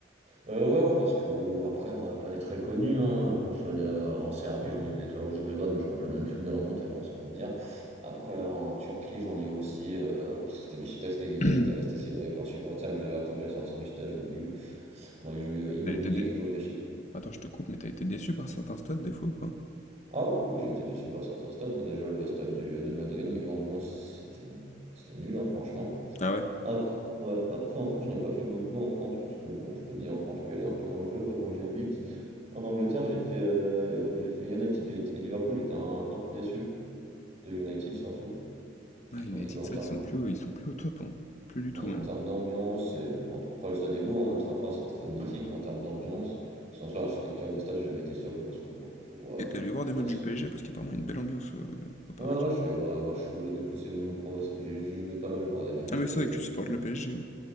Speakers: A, on the right (about 35°); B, on the left (about 40°).
A: Heu, ouais, ouais, parce qu'après, bah, pas des très connus, hein, quand je suis allé, heu, en Serbie, j'en ai eu de l'Étoile rouge de Belgrade, mais je me rappelle même plus de leur nom tellement c'est pour te dire. Après en Turquie, j'en ai eu aussi, heu, c'était Beşiktaş qui a gagné,
B: Tu
A: qui était resté, c'est vrai, avec leurs supporters, mais j'avais attendu la sortie du stade, j'en ai eu. Moi, j'ai eu,
B: <clears throat>
A: heu, Immobilier
B: été dé
A: qui joue à Beşik
B: attends, je te coupe, mais t'as été déçu par certains stades des fois ou pas?
A: ah oui, oui, j'étais déçu par certains stades, hein, déjà le stade du de Madrid, niveau ambiance, c'était c'était nul, hein, franchement.
B: Ah ouais?
A: Après, ouais, après en France, j'en ai pas fait beaucoup en France parce que bon, je peux te dire en France, je peux y aller un peu quand je veux, quoi, quand j'y habite. En Angleterre, j'ai fait, euh, j'ai fait United j'ai été- et Liverpool, j'étais un, un peu déçu de United surtout.
B: Ah United,
A: En, niveau- en
B: c'est
A: termes,
B: vrai qu'ils sont plus au ils sont plus au top, hein. Plus du
A: ouais,
B: tout même.
A: en termes d'ambiance, et, euh, en tout- après le stade est beau, hein, le Trafford c'est un stade mythique, mais en termes d'ambiance, sans soi l'architecture des stades, j'ai jamais été surpris parce que bon, je vois,
B: Et t'es
A: euh,
B: allé voir
A: je
B: des
A: vois.
B: matchs du PSG? Parce qu'apparemment il y a une belle ambiance, heu, au parc.
A: Ouais, ouais, je suis allé voir, voir- je suis- du coup c'est mon pro, c'est- j'y j'y vais pas mal voir des matchs du
B: Ah mais
A: PSG.
B: c'est vrai que tu supportes le PSG, oui.